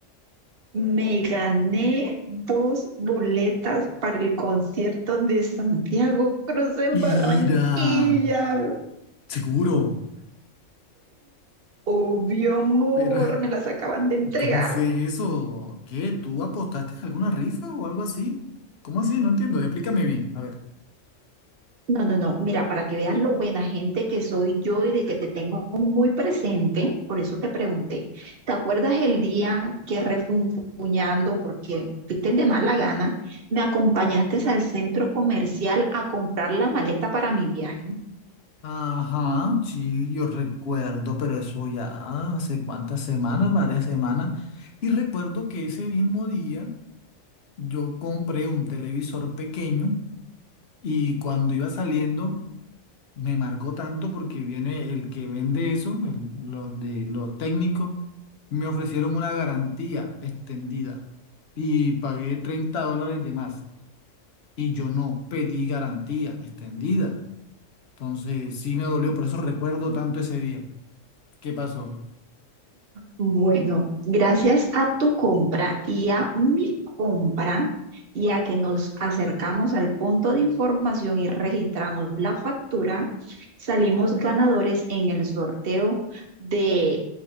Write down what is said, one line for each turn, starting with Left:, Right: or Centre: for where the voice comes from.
Right: Me gané dos boletas para el concierto de Santiago Cruz en
Left: Ira,
Right: Barranquilla.
Left: seguro.
Right: Obvio, amor,
Left: Pero, <laughs>
Right: me las acaban de entregar.
Left: ¿cómo fue eso? ¿Qué? ¿Tú apostaste a alguna rifa o algo así? ¿Cómo así? No entiendo. Explícame bien. A ver.
Right: No, no, no. Mira, para que veas lo buena gente que soy yo y de que te tengo muy presente, por eso te pregunté. ¿Te acuerdas el día que refunfuñando, porque fuiste de mala gana, me acompañaste al centro comercial a comprar la maleta para mi viaje?
Left: Ajá, sí, yo recuerdo, pero eso ya hace cuántas semanas, varias semanas. Y recuerdo que ese mismo día yo compré un televisor pequeño y cuando iba saliendo me marcó tanto porque viene el que vende eso, el- los de los técnicos, me ofrecieron una garantía extendida y pagué 30 dólares de más y yo no pedí garantía extendida. Entonces sí me dolió, por eso recuerdo tanto ese día. ¿Qué pasó?
Right: Bueno, gracias a tu compra y a mi compra y a que nos acercamos al punto de información y registramos la factura, salimos ganadores en el sorteo de